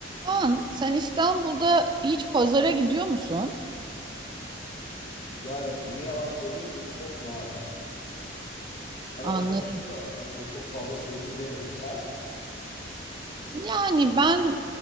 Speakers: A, on the right; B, on the left.
A: Kaan, sen İstanbul'da hiç pazara gidiyor musun?
B: Yani ne yalan söyleyeyim çok nadir. Arada
A: Anladım.
B: gidiyorum da yani böyle çok fazla seri gidemiyorum. Sen?
A: Yani ben